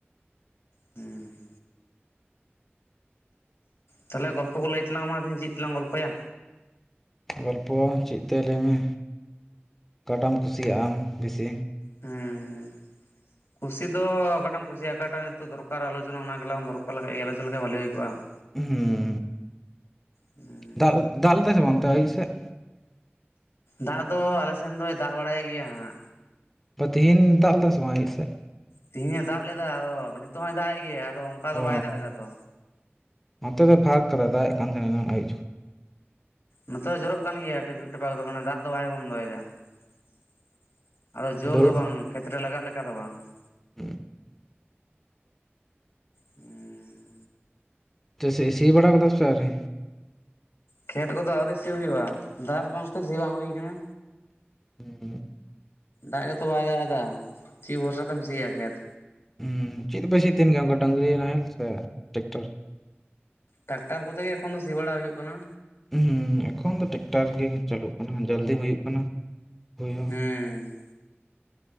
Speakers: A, on the left; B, in the centre.
A: ᱦᱩᱸ᱾ ᱛᱟᱦᱚᱞᱮ ᱜᱚᱞᱯᱚ ᱠᱚ ᱞᱟᱹᱭ ᱛᱟᱞᱟᱝ ᱢᱮ, ᱛᱤᱦᱤᱝ ᱪᱮᱫ ᱛᱟᱞᱟᱝ ᱜᱚᱞᱯᱷᱚᱭᱟ᱾
B: ᱜᱚᱞᱯᱚ ᱪᱮᱫ ᱛᱮ ᱞᱟᱹᱭᱢᱮ ᱚᱠᱟᱴᱟᱜ ᱮᱢ ᱠᱩᱥᱤᱭᱟᱜ ᱟᱢ ᱵᱤᱥᱤ?
A: ᱦᱩᱸᱻ᱾
B: <inaudible>
A: ᱠᱩᱥᱤ ᱫᱚ ᱚᱠᱟᱴᱟᱜ ᱮᱢ ᱠᱩᱥᱤᱭᱟᱜᱼᱟ ᱚᱠᱟᱴᱟᱜ ᱱᱤᱛᱚᱜ ᱫᱚᱨᱠᱟᱨ ᱟᱞᱳᱪᱚᱱᱟ ᱚᱱᱟ ᱜᱮᱞᱟᱝ ᱫᱚᱨᱠᱟᱨ ᱞᱮᱠᱷᱟᱡ ᱜᱮ ᱟᱞᱚᱪᱚᱱᱟ ᱞᱮᱠᱷᱟᱡ ᱵᱷᱟᱹᱞᱤ ᱦᱩᱭ ᱠᱚᱜᱼᱟ ᱾
B: ᱦᱩᱸᱻ᱾
A: ᱦᱮᱸ᱾
B: ᱰᱟᱞ ᱫᱟᱜ ᱞᱮᱫᱟᱭ ᱥᱮ ᱵᱟᱝ ᱚᱱᱛᱮ ᱟᱹᱭᱩᱵ ᱥᱮᱫ?
A: ᱫᱟᱜ ᱫᱚ ᱟᱞᱮ ᱥᱮᱱ ᱫᱚᱭ ᱫᱟᱜ ᱵᱟᱲᱟᱭᱮᱜ ᱜᱮᱭᱟ ᱦᱟᱸᱜ᱾
B: ᱚ ᱛᱤᱦᱤᱱ ᱫᱟᱜ ᱞᱮᱫᱟᱭ ᱥᱮ ᱵᱟᱝ ᱟᱹᱭᱩᱵ ᱥᱮᱫ?
A: ᱛᱤᱦᱤᱧ ᱮ ᱫᱟᱜ ᱞᱮᱫᱟ, ᱟᱫᱚ ᱱᱤᱛᱚᱜ ᱦᱚᱸᱭ ᱫᱟᱜᱼᱮᱫ ᱜᱮᱭᱟ ᱟᱫᱚ ᱚᱱᱠᱟ ᱫᱚ
B: ᱚᱻ
A: ᱵᱟᱭ ᱫᱟᱜ ᱮᱫᱟ ᱛᱚ
B: ᱱᱚᱛᱮ ᱫᱚᱭ ᱯᱷᱟᱠ ᱟᱠᱟᱫᱟ, ᱫᱟᱜ ᱮᱱ ᱠᱟᱱ ᱛᱟᱦᱮᱱᱟ ᱮᱱᱟᱝ ᱟᱭᱩᱵ ᱡᱚᱠᱷᱚᱱ᱾
A: ᱱᱚᱛᱮ ᱫᱚ ᱡᱚᱨᱚᱜ ᱠᱟᱱ ᱜᱮᱭᱟ ᱴᱤᱯᱤᱠ ᱴᱟᱯᱟᱠ ᱫᱚ, ᱢᱟᱱᱮ ᱫᱟᱜ ᱫᱚ ᱵᱟᱭ ᱵᱚᱱᱫᱚᱭᱮᱫᱟ ᱾ ᱟᱫᱚ ᱡᱳᱨ
B: ᱵᱟᱹᱨᱩ
A: ᱫᱚ ᱵᱟᱝ ᱠᱷᱮᱛ ᱨᱮ ᱞᱟᱜᱟᱜ ᱞᱮᱠᱟ ᱫᱚ ᱵᱟᱝ ᱾
B: <inaudible>
A: ᱦᱩᱸᱻ᱾
B: ᱛᱚ ᱥᱤ, ᱥᱤ ᱵᱟᱲᱟ ᱠᱟᱫᱟᱢ ᱥᱮ ᱟᱹᱣᱨᱤ?
A: ᱠᱷᱮᱛ ᱠᱚᱫᱚ ᱟᱹᱣᱨᱤ ᱥᱤ ᱦᱩᱭᱩᱜᱼᱟ, ᱫᱟᱜ ᱵᱟᱝᱛᱮ ᱥᱤ ᱵᱟᱝ ᱦᱩᱭ ᱠᱟᱱᱟ᱾
B: ᱦᱮᱸ᱾
A: ᱫᱟᱜ ᱜᱮᱛᱚ ᱵᱟᱭ ᱫᱟᱜ ᱮᱫᱟ, ᱪᱮᱫ ᱵᱷᱚᱨᱥᱟ ᱛᱮᱢ ᱥᱤᱭᱟ ᱠᱷᱮᱛ᱾
B: ᱦᱮᱸ, ᱪᱮᱫ ᱛᱮᱯᱮ ᱥᱤ ᱛᱟᱦᱮᱱ ᱜᱮᱭᱟ, ᱚᱱᱠᱟ ᱰᱟᱝᱨᱤ ᱱᱟᱦᱮᱞ ᱥᱮ ᱴᱮᱠᱴᱟᱨ᱾
A: ᱴᱨᱟᱠᱴᱟᱨ ᱠᱚᱛᱮ ᱜᱮ ᱮᱠᱷᱚᱱ ᱫᱚ ᱥᱤ ᱵᱟᱲᱟ ᱦᱩᱭᱩᱜ ᱠᱟᱱᱟ᱾
B: ᱦᱩᱸ, ᱮᱠᱷᱚᱱ ᱫᱚ ᱴᱮᱠᱴᱟᱨ ᱜᱮ ᱪᱟᱹᱞᱩᱜ ᱠᱟᱱᱟ ᱡᱚᱞᱫᱤ ᱦᱩᱭᱩᱜ ᱠᱟᱱᱟ᱾ ᱦᱩᱭ ᱦᱚᱸ
A: ᱦᱮᱸ᱾